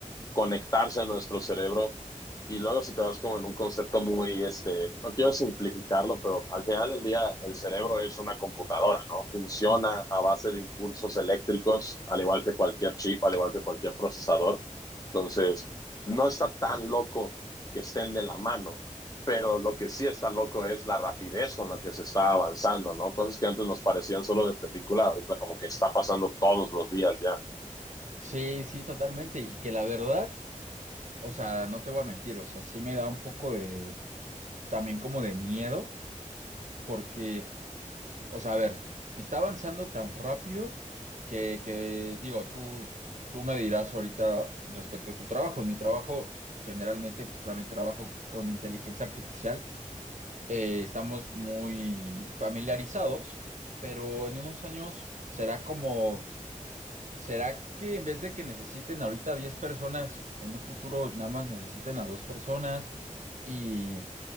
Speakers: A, on the left; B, on the right.
A: conectarse a nuestro cerebro. Y luego si te vas como en un concepto muy, este, no quiero simplificarlo, pero al final del día el cerebro es una computadora, ¿no? Funciona
B: Ujú.
A: a base de impulsos eléctricos, al igual que cualquier chip, al igual que cualquier procesador. Entonces, no está tan loco que estén de la mano, pero lo que sí está loco es la rapidez con la que se está avanzando, ¿no? Cosas que antes nos parecían solo de película, ahorita como que está pasando todos los días ya.
B: Sí, sí, totalmente. Y que la verdad, o sea, no te voy a mentir, o sea, sí me da un poco de, también como de miedo, porque, o sea, a ver, está avanzando tan rápido que, que digo, tú, tú me dirás ahorita respecto a tu trabajo. En mi trabajo, generalmente, pues también trabajo con inteligencia artificial. eh, estamos muy familiarizados, pero en unos años será como, será que en vez de que necesiten ahorita 10 personas, en un futuro nada más necesiten a dos personas y